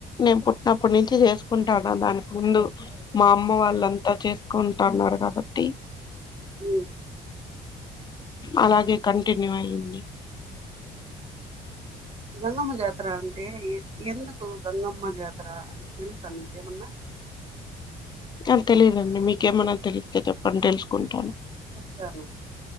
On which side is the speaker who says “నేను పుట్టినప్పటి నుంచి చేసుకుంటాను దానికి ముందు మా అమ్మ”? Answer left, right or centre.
Left